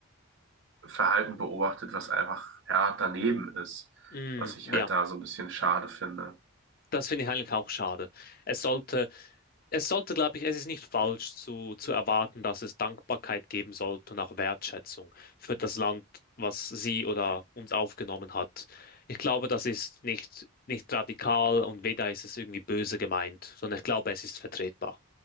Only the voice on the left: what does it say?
Mm,
ja,
das finde ich eigentlich auch schade. Es sollte, es sollte, glaube ich, es ist nicht falsch zu, zu erwarten, dass es Dankbarkeit geben sollte und auch Wertschätzung für das Land, was sie oder uns aufgenommen hat. Ich glaube, das ist nicht, nicht radikal und weder ist es irgendwie böse gemeint, sondern ich glaube, es ist vertretbar.